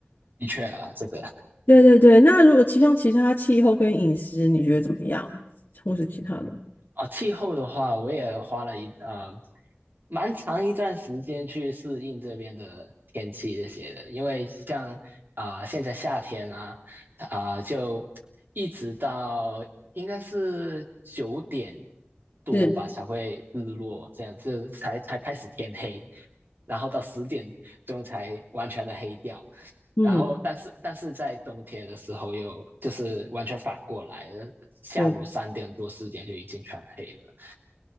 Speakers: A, on the right (about 55°); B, on the left (about 55°).
A: 的确啦，这个
B: 对对对，那如果其像其他气候跟饮食，你觉得怎么样？或是其他的？
A: 哦，气候的话，我也花了一呃蛮长一段时间去适应这边的天气这些的，因为像啊、呃现在夏天啊啊、呃就一直到应该是九点多吧才会日落，
B: 是，
A: 这样就才才开始天黑，然后到十点钟才完全的黑掉，
B: 嗯，
A: 然后但是但是在冬天的时候又就是完全反过来，下午三点多四点就已经全黑了。
B: 对，